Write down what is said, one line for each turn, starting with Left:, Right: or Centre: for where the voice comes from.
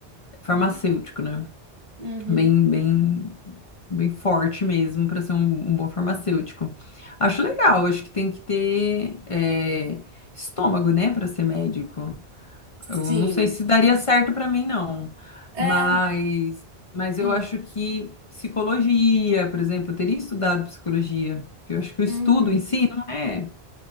Left: farmacêutico,
Right: uhum,
Left: né?
Right: uhum.
Left: Bem, bem, bem forte mesmo para ser um, um bom farmacêutico. Acho legal, acho que tem que ter é, estômago, né, para ser médico. Eu
Right: Sim.
Left: não sei se daria certo para mim, não.
Right: É.
Left: Mas, mas
Right: hum,
Left: eu acho que psicologia, por exemplo, eu teria estudado psicologia. porque Eu acho que o
Right: Uhum.
Left: estudo em si não é,